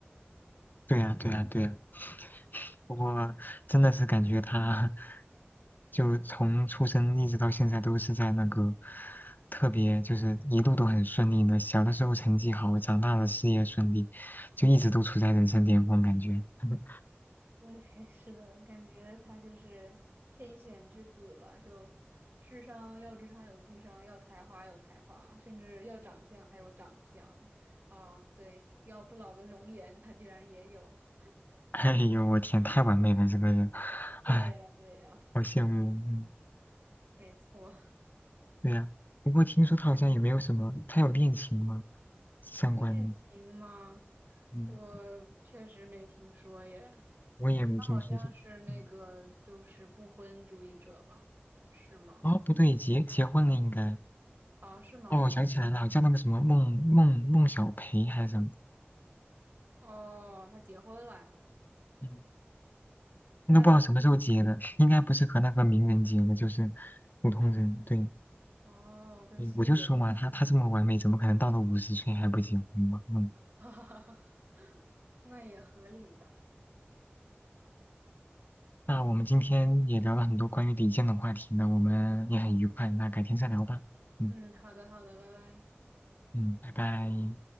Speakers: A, on the left; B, on the right.
A: 对呀，对呀，对呀。不过真的是感觉他就从出生一直到现在都是在那个特别就是一路都很顺利的，小的时候成绩好，长大了事业顺利，就一直都处在人生巅峰感觉。<laughs>
B: 对，<laughs> 是的，感觉他就是天选之子吧，就智商要智商有智商，要才华有才华，甚至要长相还有长相啊，对，要不老的容颜他居然也有。<laughs>
A: 哎呦，我天，太完美了这个人，
B: 对呀，
A: 哎，
B: 对呀，
A: 好羡慕。嗯，
B: 没错。
A: 对呀、不过听说他好像也没有什么，他有恋情吗？相关的，
B: 恋情吗？
A: 嗯，
B: 我确实没听说耶，
A: 我也没听说就，
B: 他好像是那个就是不婚主义者吧？
A: 嗯，
B: 是吗？
A: 哦，不对，结结婚了应该。
B: 啊，是吗？
A: 哦，
B: 是吗？
A: 我想起来了，好像那个什么孟孟孟小培还是什么，
B: 哦，他结婚了呀？
A: 嗯，那不知道什么时候结的，
B: 那就。
A: 应该不是和那个名人结的，就是普通人。对，
B: 哦，跟素人，
A: 对我就说嘛，他他这么完美，怎么可能到了五十岁还不结婚嘛？嗯，
B: <laughs> 哈哈哈那也合理吧。
A: 那我们今天也聊了很多关于李健的话题呢，我们也很愉快，那改天再聊吧。嗯
B: 嗯，好的，好的，拜拜。
A: 嗯，拜拜。